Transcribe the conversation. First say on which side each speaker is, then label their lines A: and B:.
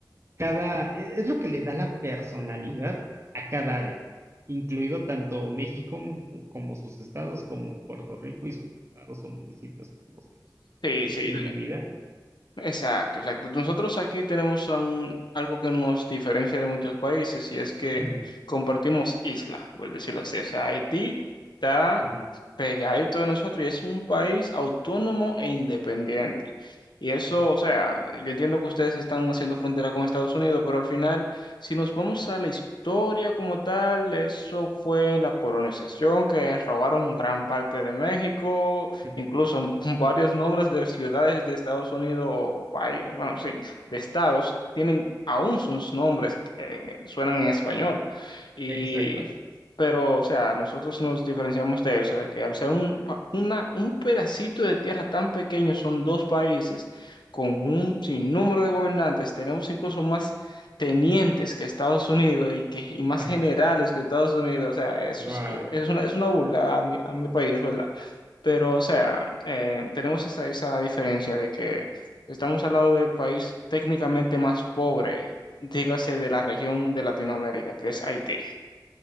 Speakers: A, on the right (about 35°); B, on the left (about 80°).
A: cada e es lo que le da la personalidad a cada área, incluido tanto México como como sus estados, como Puerto Rico y sus estados o municipios, como se
B: sí,
A: se
B: sí.
A: se divida.
B: Exacto, exacto. Nosotros aquí tenemos aún algo que nos diferencia de muchos países y es que
A: Ujú,
B: compartimos isla, por decirlo así. O sea, Haití está
A: ujú,
B: pegadito de nosotros y es un país autónomo e independiente. Y eso,
A: ajá,
B: o sea, yo entiendo que ustedes están haciendo frontera con Estados Unidos, pero al final, si nos vamos a la historia como tal, eso fue en la colonización que robaron gran parte de México,
A: ujú,
B: incluso varios nombres de ciudades de Estados Unidos o país, bueno, sí, de estados, tienen aún sus nombres que eh, suenan en español. Y,
A: exacto,
B: pero, o sea, nosotros nos diferenciamos de eso, de que al ser un, pa- una- un pedacito de tierra tan pequeño, son dos países con un sinnúmero de gobernantes, tenemos incluso más tenientes que Estados Unidos y, que, y más
A: ajá,
B: generales que Estados Unidos, o sea, eso
A: guau.
B: es, eh, es una, es una burla a mi, a mi país, ¿verdad? Pero, o sea, eh, tenemos esa, esa diferencia de que estamos al lado del país técnicamente más pobre, dígase de la región de Latinoamérica, que es Haití.